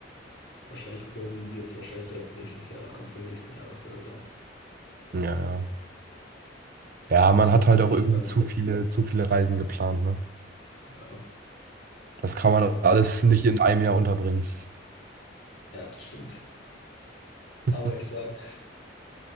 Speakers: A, on the left; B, on the right.
A: wahrscheinlich Rom wird's wahrscheinlich erst nächstes Jahr, Anfang nächsten Jahres oder so.
B: Ja, ja. Ja,
A: Da müssen
B: man hat
A: wir Maletti
B: halt auch irgendwie
A: fragen.
B: zu viele, zu viele Reisen geplant, ne?
A: Ja,
B: Das kann man
A: aber
B: alles nicht in einem Jahr unterbringen.
A: ja, das stimmt. Aber
B: <laughs>
A: ich sag,